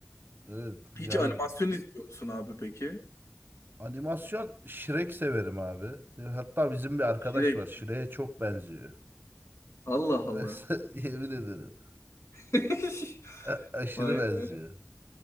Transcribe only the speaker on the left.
Hiç
animasyon izliyor musun abi peki?
Direkt.
Allah Allah.
<laughs>
Vay
be.